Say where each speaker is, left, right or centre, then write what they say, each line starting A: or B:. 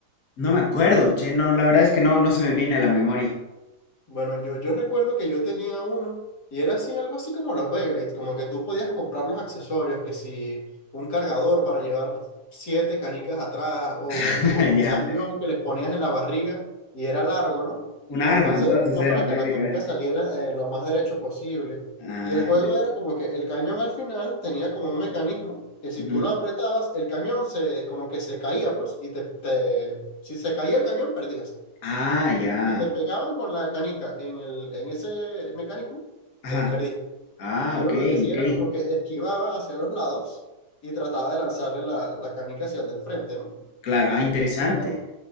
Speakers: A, on the left (about 65°); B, on the left (about 80°).
A: No me acuerdo, che. No, la verdad es que no, no se me viene a la memoria.
B: Bueno, yo, yo recuerdo que yo tenía uno y era así, algo así como los Beyblades, como que tú podías comprar los accesorios, que si un cargador para llevar siete canicas atrás o un,
A: <laughs>
B: como un
A: Ya.
B: cañón que les ponías en la barriga y era largo, ¿no?
A: Un arma,
B: Entonces
A: entonces
B: era como
A: era
B: para
A: prácticamente.
B: que la canica saliera eh, lo más derecho posible.
A: Ah,
B: Y el juego
A: ya.
B: era como que el cañón al final tenía como un mecanismo que si
A: Ujú.
B: tú lo apretabas, el cañón se, como que se caía, pues, y te, te, si se caía el cañón, perdías.
A: Ah,
B: Tipo,
A: ya.
B: si, si te pegaban con la canica en, el, en ese mecanismo,
A: Ajá.
B: eh, perdiste.
A: Ah,
B: Y uno
A: ok,
B: lo que hacía
A: ok.
B: era como que esquivaba hacia los lados y trataba de lanzarle la, la canica hacia el del frente, ¿no?
A: Claro,
B: Y
A: ah, interesante.
B: eh, eran,